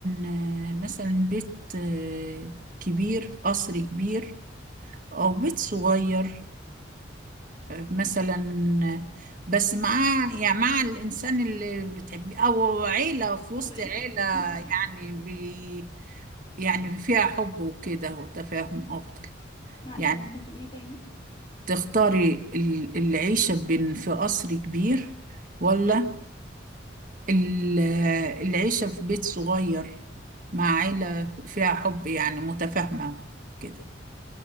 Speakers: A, on the right; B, on the left.
A: آه، مثلا بيت آه، كبير قصر كبير أو بيت صغير آه، مثلا آه، بس مع يعني مع الإنسان اللي بتحبيه أو عيلة في
B: اختار
A: وسط
B: ايه
A: عيلة
B: <coughs>
A: يعني بي يعني فيها حب وكده وتفاهم أفضل
B: معلش
A: يعني
B: ممكن تقولي تاني
A: تختاري ال- العيشة بين في قصر كبير ولا ال- العيشة في بيت صغير مع عيلة فيها حب يعني متفاهمة كده